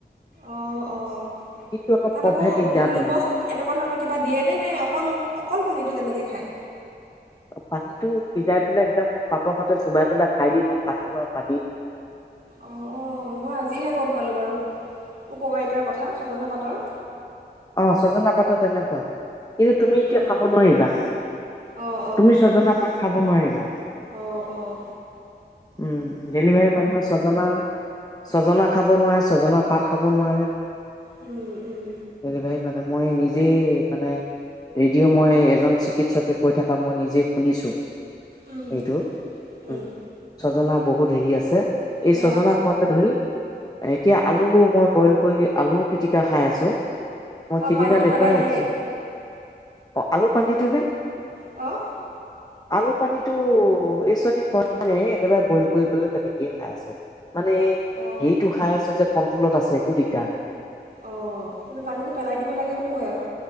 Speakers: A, on the right (about 55°); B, on the left (about 20°).
A: অ', অ',
B: কিন্তু অলপ
A: তাত
B: কফহে
A: আকৌ
B: দিগদাৰ
A: নিমখ
B: কৰে
A: এনেকুৱা ধৰণৰ কিবা দিয়েনে নে অকল অকল পানীটো তেনেকে খায়?
B: পানীটো সিজাই পেলাই একদম পাত সতে চুবাই পেলাই খাই দিওঁ আও পাতটো আও পানীটো।
A: অ', মই আজিহে গম পালোঁ বাৰু উপকাৰিতাৰ কথা ছজনা পাতৰ
B: অ', ছজনা পাতৰ তেনেকুৱা কিন্তু তুমি এতিয়া
A: অঁ
B: খাব নোৱাৰিবা
A: অঁ
B: তুমি ছজনা পাত খাব নোৱাৰিবা।
A: অ', অ'।
B: উম ডেলিভাৰী মানুহে ছজনা ছজনা খাব নোৱাএ ছজনা পাত খাব নোৱাৰে।
A: উম উম।
B: ডেলিভাৰী মানে মই নিজেই মানে ৰেডিঅ' মই এজন চিকিৎচকে কৈ থাকা মই নিজে শুনিছোঁ
A: উম,
B: এইটো উ
A: উম,
B: জনা বহুত হেৰি আছে এই
A: বেয়া
B: ছজনা খোৱা কে ধৰি এ, এতিয়া আলু মই বইল কৰি আলু পিতিকা খাই আছোঁ। মই
A: অঁ
B: সিদিনা
A: পানীটো
B: দেখুৱাই
A: পেলাই
B: আহিছোঁ
A: দিয়ে
B: অ', আলু পানীটো নে?
A: অ',
B: আলু পানীটো এই <unintelligible> একেবাৰে বইল কৰি পেলাই তেনেকেই খাই আছোঁ মানে এই
A: অঁ
B: হেৰিটো খাই আছোঁ যে কণ্টোলত আছে একো দিগদাৰ নাই।
A: অ', কিন্তু পানীটো পেলাই দিব লাগে বুলি কয় আৰু।